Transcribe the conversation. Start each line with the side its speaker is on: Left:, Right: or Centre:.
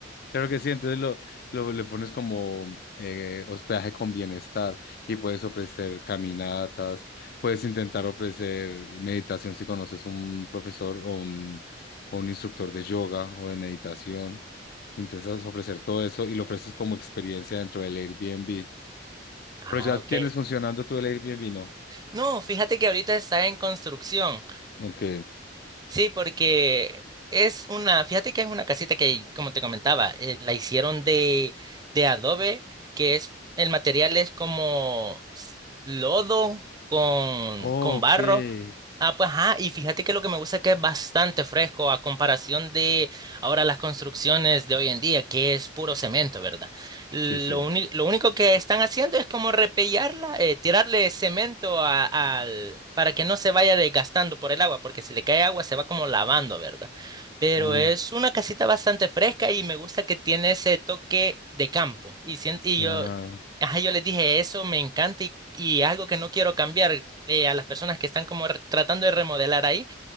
Left: Claro que sí, entonces lo, lo- le pones como eh, hospedaje con bienestar y puedes ofrecer caminatas, puedes intentar ofrecer meditación si conoces un profesor o un, o un instructor de yoga o de meditación. Intentas ofrecer todo eso y lo ofreces como experiencia dentro del Airbnb.
Right: Ah,
Left: Pero ya
Right: ok.
Left: tienes funcionando tú el Airbnb, ¿no?
Right: No, fíjate que ahorita está en construcción.
Left: Ok.
Right: Sí, porque es una, fíjate que es una casita que, como te comentaba, eh, la hicieron de, de adobe, que es, el material es como lodo con,
Left: Oh,
Right: con
Left: ok.
Right: barro. Ah, pues ajá, y fíjate que lo que me gusta es que es bastante fresco a comparación de ahora las construcciones de hoy en día, que es puro cemento, ¿verdad? Lo,
Left: Sí, sí.
Right: uni- lo único que están haciendo es como repellarla, eh, tirarle cemento a- al, para que no se vaya desgastando por el agua, porque si le cae agua se va como lavando, ¿verdad? Pero
Left: Oh,
Right: es una casita bastante fresca y me gusta que tiene ese toque de campo. Y, sien- y
Left: claro.
Right: yo, ajá, yo les dije, eso me encanta y, y algo que no quiero cambiar eh, a las personas que están como re- tratando de remodelar ahí.